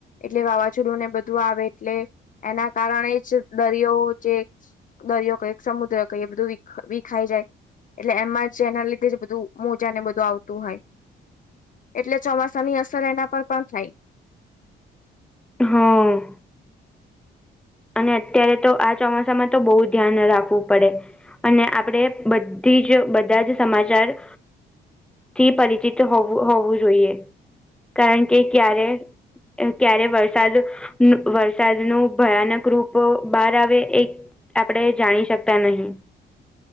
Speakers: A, on the left (about 40°); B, in the centre.
A: એટલે વાવાઝોડું ને બધું આવે એટલે એના કારણે જ દરિયો જે. દરિયો કઈ સમુદ્ર કઈ એ બધું વિખાઈ જાય એટલે એમાં. જેના લીધે જ બધું મોજા ને બધું આવતું હોય. એટલે ચોમાસા ની અસર એના પર પણ થાય.
B: હા. અને અત્યારે તો આ ચોમાસામાં તો બહુ ધ્યાન રાખવું પડે. અને આપડે બધી જ બધા જ સમાચાર. થી પરિચિત હોવું હોવું જોઈએ. કારણ કે ક્યારે ક્યારે વરસાદ વરસાદનું ભયાનક. ગ્રુપો બહાર આવે એ આપણેે જાણી શકતા નહી